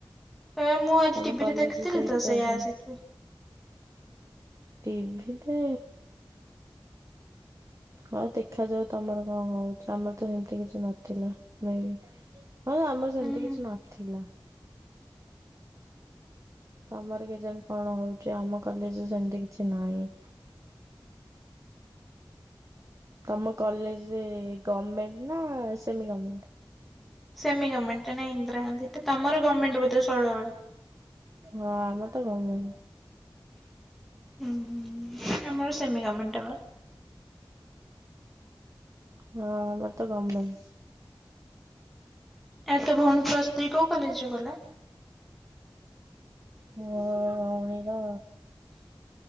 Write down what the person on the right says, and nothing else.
ତମ
କଲେଜରୁ
ତ କିଛି
ଆସିନି।
ଟିଭିରେ। ହଁ ଦେଖାଯାଉ ତମର କଣ ହଉଛି ଆମରତ ସେମିତି କିଛି ନଥିଲା ମେଇ ହଉ ଆମର ସେମିତି
କିଛି ନଥିଲା। ତମର କେଜାଣି କଣ ହେଉଚି ଆମ କଲେଜରେ ସେମିତି କିଛି ନାହିଁ। ତମ କଲେଜେ ଗମେଣ୍ଟ୍ ନା ସେମିଗମେଣ୍ଟ୍?
ହଁ ଆମର ତ ଗମେଣ୍ଟେ୍।
ହଁ ଆମର ତ ଗମେଣ୍ଟେ୍।
ହଅଇର